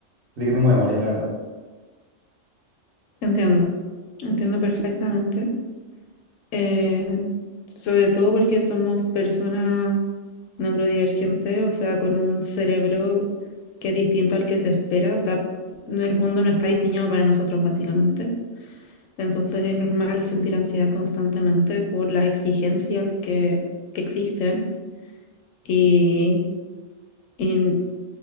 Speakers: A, on the right; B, on the left.
A: desde que tengo memoria, la verdad.
B: Entiendo, entiendo perfectamente. Eh, sobre todo porque somos personas neurodivergentes, o sea, con un cerebro que es distinto al que se espera, o sea, no- el mundo no está diseñado para nosotros básicamente. Entonces es normal sentir ansiedad constantemente por las exigencias que, que existen y, y,